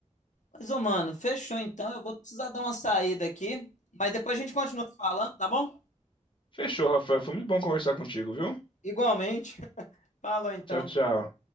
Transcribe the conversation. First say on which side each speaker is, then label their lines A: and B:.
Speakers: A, on the left; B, on the left.
A: Mas, ô, mano, fechou então. Eu vou precisar dar uma saída aqui. Mas depois a gente continua falando, tá bom?
B: Fechou, Rafael. Foi muito bom conversar contigo, viu?
A: Igualmente. <laughs> Falou então.
B: Tchau, tchau.